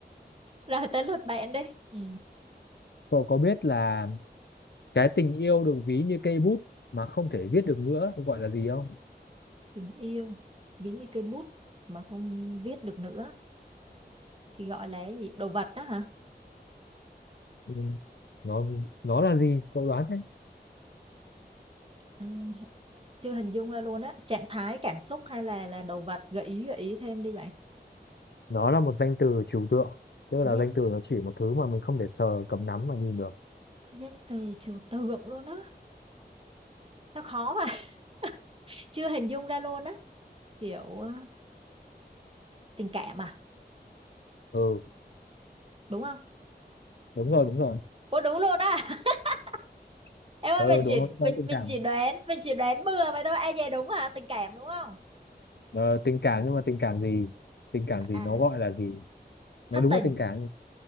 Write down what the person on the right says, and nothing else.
rồi tới lượt bạn đi ừ.
tình yêu ví như cây bút mà không viết được nữa chỉ gọi là cái gì đồ vật đó hả
ừ, chưa hình dung ra luôn á trạng thái cảm xúc hay là là đồ vật gợi ý gợi ý thêm đi bạn
danh
danh từ trừu tượng luôn á sao khó mà <laughs> chưa hình dung ra luôn á kiểu ờ, tình cảm à
đúng không
ủa đúng luôn á <laughs> em ơi
mình
chỉ
mình
mình
chỉ đoán mình chỉ đoán bừa vậy thôi ai về đúng hả tình cảm đúng không
à
thất
tình